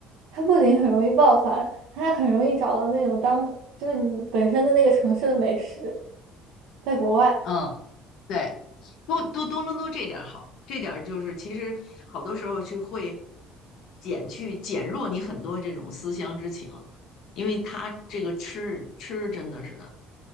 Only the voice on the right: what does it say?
它不仅很容易抱团，它还很容易找到那种当就是你本身的那个城市的美食，在国外